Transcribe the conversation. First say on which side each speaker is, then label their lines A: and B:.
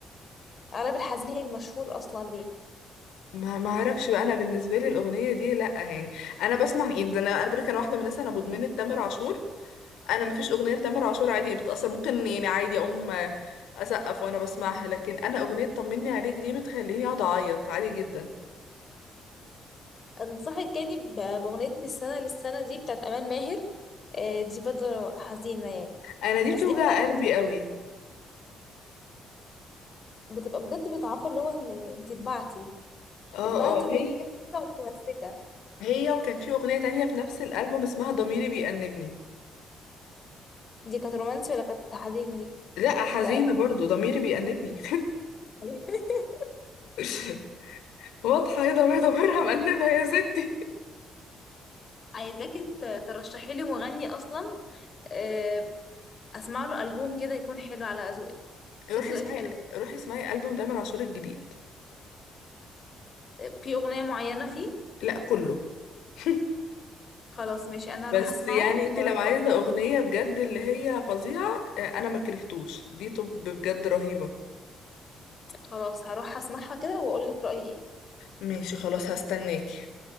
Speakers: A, on the left; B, on the left.
A: أغلب الحزين هي المشهور أصلا ليه
B: ما ما اعرفش بقى انا بالنسبه لي الاغنيه دي لا يعني انا بسمع يعني ده انا انا بقولك انا واحده من الناس انا مدمنه تامر عاشور انا ما فيش اغنيه لتامر عاشور عادي يعني بتاثر ممكن يعني عادي اقوم آه، اسقف وانا بسمعها لكن انا اغنيه طمني عليك دي بتخليني اقعد اعيط عادي جدا
A: أنصحك يعني ب- بأغنية من السنة للسنة دي بتاعت أمان ماهر آه، دي برضه حزينة يعني
B: انا دي بتوجع
A: بس دي بقى لو
B: قلبي قوي
A: بتبقى بجد بتعبر اللي هو إن إن أنت اتبعتي
B: اه
A: اتبعتي
B: اه هي
A: وأنت متمسكة
B: هي وكان في اغنيه تانية في نفس الالبوم اسمها ضميري بيأنبني
A: دي كانت رومانسي ولا كانت حزينة دي
B: لا حزينه
A: لا كانت
B: برضو ضميري بيأنبني
A: حزينة.
B: <laughs> واضحه هي ضمير- ضميرها مأنبها يا ستي
A: <laughs> عايزاكي ت- ترشحي لي مغني اصلا آه، اسمع له البوم كده يكون حلو على ذوقك
B: روحي
A: عشان ذوقك
B: اسمعي
A: حلو
B: روحي اسمعي ألبوم تامر عاشور الجديد
A: في اغنيه معينه فيه
B: لا كله <laughs>
A: خلاص ماشي انا هروح
B: بس
A: اسمعه
B: يعني
A: واقول
B: انت لو عايزة
A: لك
B: أغنية
A: رايي
B: بجد اللي هي فظيعة آه، انا ما كرهتوش دي طب بجد رهيبة
A: خلاص هروح اسمعها كده واقول لك رايي ايه
B: ماشي خلاص هستناكي